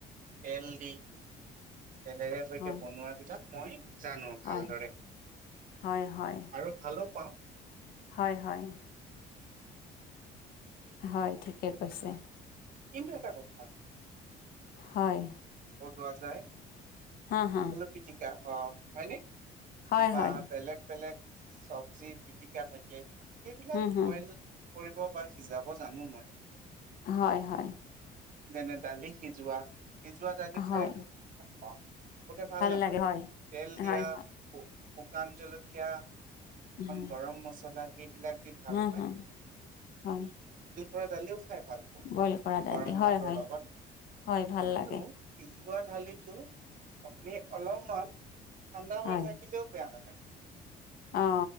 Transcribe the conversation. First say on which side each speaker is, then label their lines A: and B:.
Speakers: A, on the right; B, on the left.
A: তেল দি, তেলেৰে সৈকে
B: হয়
A: বনোৱাবলাক মই জানো
B: হয়
A: ভালদৰে,
B: হয় হয়
A: আৰু ভালো পাওঁ।
B: হয় হয়। হয় ঠিকে কৈছে।
A: কিন্তু এটা কথা।
B: হয়।
A: পোৱা যায়
B: হা হা
A: আলু পিটিকা হ হয়নে।
B: হয়
A: কিবা
B: হয়
A: বেলেগ বেলেগ চব্জি পিটিকা থাকে। সেইবিলাক
B: হুম হুম
A: বইল কৰিব বা সিজাব জানো মই।
B: হয় হয়।
A: যেনে দালি সিজোৱা। সজোৱা জালি খাই
B: হয়
A: মই ভ পাওঁ বহুতে ভাল নাপায়
B: লাগে হয়
A: তেল দিয়া।
B: হয় হয়
A: শুকান জলকীয়া।
B: হয়
A: গৰ মা এইবিলাক ভালনে।
B: হা হা হয়
A: ৰা দালিও খাই ভাল পাওঁ
B: বইল কৰা দালি
A: গৰম
B: হয়
A: ভাতৰ
B: হয়
A: লগত।
B: হয় ভাল লাগে
A: টো সিজোৱা ঢালিটো আপুনি অলপমান। ঠাণ্ডা
B: হয়
A: হৈ থাকিলেও বেয়া নালাগে।
B: অ